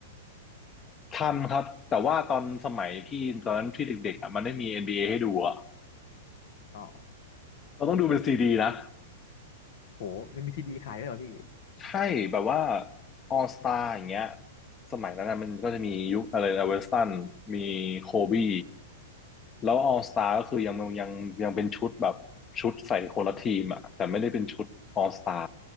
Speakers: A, on the left; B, on the left.
A: ทันครับแต่ว่าตอนสมัยพี่ตอนนั้นที่เด็กๆอ่ะมันไม่มี NBA ให้ดูอ่ะ
B: อ๋อ
A: เราต้องดูเป็นซีดีนะ
B: โหมันมีซีดีขายด้วยเหรอพี่
A: ใช่แบบว่าออสตาอย่างเงี้ยสมัยนั้นนะมันก็จะมียุคอะไรนะเวสตันมีโคบี้แล้วออสตาก็คือยังยังยังเป็นชุดแบบชุดใส่คนละทีมอ่ะแต่ไม่ได้เป็นชุดออสตา